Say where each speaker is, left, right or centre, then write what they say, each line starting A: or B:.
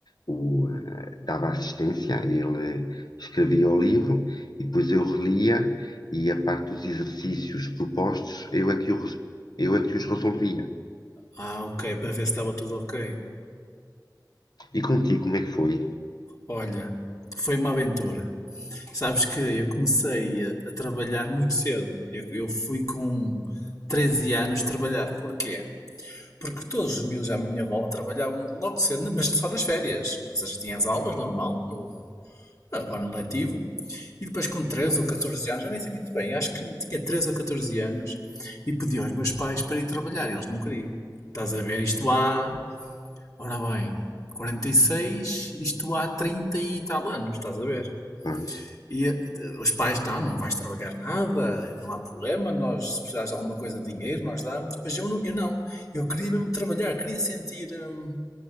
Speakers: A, on the left; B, on the left.
A: O, eh, dava assistência, ele escrevia o livro e depois eu relia e a parte dos exercícios propostos, eu é que, o res- eu é que os resolvia.
B: Ah, ok, para ver se estava tudo ok.
A: E contigo, como é que foi?
B: Olha, foi uma aventura. Sabes que eu comecei a, a trabalhar muito cedo. Eu, eu fui com 13 anos trabalhar. Porquê? Porque todos os miúdos à minha volta trabalhavam logo cedo, mas só nas férias. Ou seja, tinha as aulas normal, no, no ano letivo. E depois com 13 ou 14 anos, já nem sei muito bem, acho que tinha 13 ou 14 anos, e pedi aos meus pais para ir trabalhar. Eles não queriam. Estás a ver? Isto há, ora bem, quarenta e seis isto há 30 e tal anos, estás a ver?
A: Pois,
B: E eh, os pais, não, não vais trabalhar nada, não há problema, nós, se precisares de alguma coisa de dinheiro, nós damos. Mas eu não, eu não. Eu queria mesmo trabalhar, queria sentir hum,